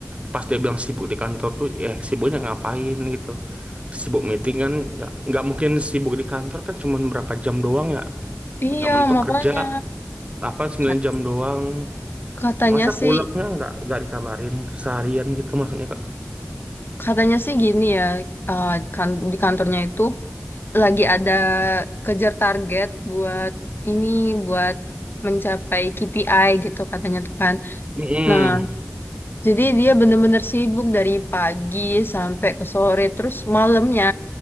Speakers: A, on the right; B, on the left.
A: pas dia bilang sibuk di kantor tuh ya sibuknya ngapain gitu sibuk meeting kan nggak nggak mungkin sibuk di kantor kan cuman berapa jam doang ya
B: Iya,
A: mentok-mentok
B: makanya
A: kerja 8 9
B: Kat-
A: jam doang
B: katanya
A: masa
B: sih
A: pulangnya nggak nggak dikabarin seharian gitu maksudnya kak
B: katanya sih gini ya eh, kan di kantornya itu lagi ada kejar target buat ini buat mencapai KPI gitu katanya tuh kan.
A: mm
B: Nah, jadi dia bener-bener sibuk dari pagi sampai ke sore terus malamnya.